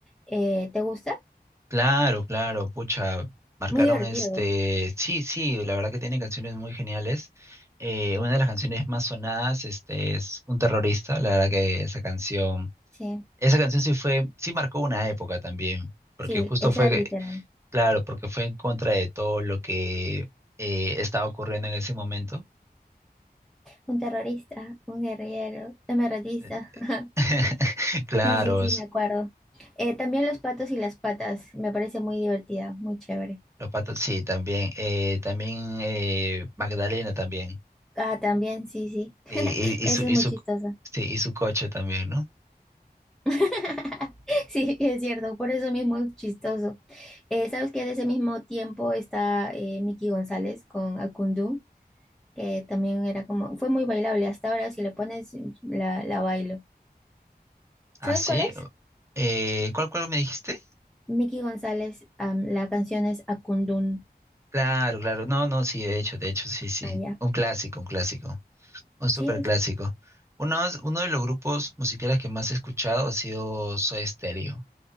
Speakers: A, in the centre; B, on the right.
A: Eh, ¿te gusta?
B: Claro, claro, pucha, marcaron
A: Muy divertido.
B: este, sí, sí, la verdad que tiene canciones muy geniales. Eh, una de las canciones más sonadas, este, es Un terrorista, la verdad que esa canción,
A: Sí,
B: esa canción sí fue, sí marcó una época también, porque
A: sí,
B: justo
A: esa
B: fue,
A: literal.
B: claro, porque fue en contra de todo lo que eh, estaba ocurriendo en ese momento
A: Un terrorista, un guerrillero, un emeraldista.
B: Eh,
A: <laughs>
B: <laughs> Claro,
A: Sí, sí, sí,
B: s-
A: me acuerdo. Eh, también los patos y las patas, me parece muy divertida, muy chévere.
B: los patos, sí, también. Eh, también eh, Magdalena también.
A: Ah, también, sí, sí. <laughs>
B: Eh, y, y
A: Eso
B: su, y
A: es muy
B: su,
A: chistoso.
B: sí, y su coche también, ¿no?
A: <laughs> Sí, es cierto, por eso mismo es chistoso. Eh, ¿sabes que de ese mismo tiempo está eh, Miki González con Akundú, que también era como, fue muy bailable, hasta ahora si le pones la, la bailo.
B: Ah,
A: ¿Sabes
B: sí.
A: cuál es?
B: Eh, ¿cuál, cuál me dijiste?
A: Miki González, am, la canción es Akundún.
B: Claro, claro. No, no, sí, de hecho, de hecho, sí, sí.
A: Ah, ya.
B: Un clásico, un clásico. Un súper
A: Sí, es-
B: clásico. Uno, uno de los grupos musicales que más he escuchado ha sido Soda Stereo.